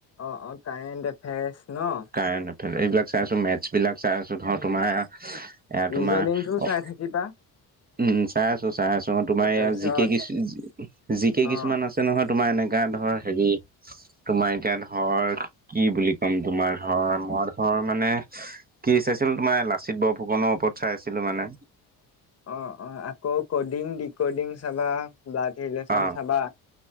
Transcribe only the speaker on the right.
কাৰেক্ট এফাৰেচ এইবিলাক চাই আছো মেচ বিলাক চাই আছো ধৰ তোমাৰ, এ
তোমাৰ অ
উম, চাই আছো চাই আছো অ, তোমাৰ
ইয়া জিকে কিছু জিকে কিছুমান
আছে। নহয় তোমাৰ এনেকা ধৰ হেৰি তোমাৰ এতিয়া ধৰ কি বুলি ক'ম তোমাৰ হয় মই ধৰ মানে কি চাইছিলো তোমাৰ লাচিত বৰফুকনৰ ওপৰত চাই আছিলো মানে।
অ